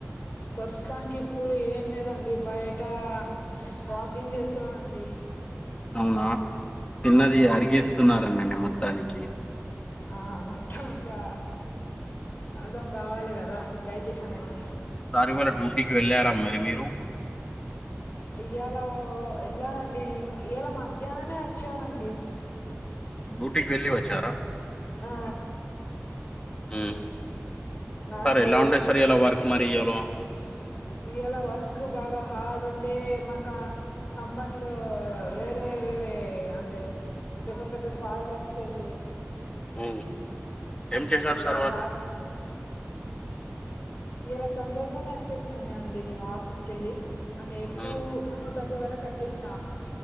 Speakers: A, on the left; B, on the left.
A: ప్రస్తుతానికి ఇప్పుడు ఏం లేదండి బయట వాకింగ్ చేస్తున్నామండి
B: అవునా తిన్నది
A: ఆ
B: అడిగేస్తున్నరండి మొత్తానికి
A: ఆ మొత్తం ఇగా అజం కావాలి కదా డైజెషన్ అయ్యి
B: దాని వల్ల డ్యూటీకి వెళ్ళారా మరి మీరు
A: ఇయాల ఎల్లానండి ఇయాల మధ్యాహ్నమే వచ్చానండి
B: డ్యూటీకి వెళ్లి వచ్చారా
A: ఆ
B: మ్మ్
A: నాకు
B: సరే ఎలా ఉండే సార్ ఇయల వర్క్ మరి ఎవరో
A: ఇయాల వర్క్ బాగా హార్డ్ ఉండే మాకా కంపనీలో వేరే వేరే అంటే పెద్ద పెద్ద సార్లొచ్చిర్రు
B: మ్మ్ ఏం చేశారు
A: ఇయాల
B: సార్ వాళ్ళు
A: బాగా ఇయాల తొందరగానే వచ్చేసిననే అండి నేను ఆఫీస్ కెళ్ళి అంటే టు
B: ఉమ్.
A: టూ థర్టీ వరకు అచ్చేసిన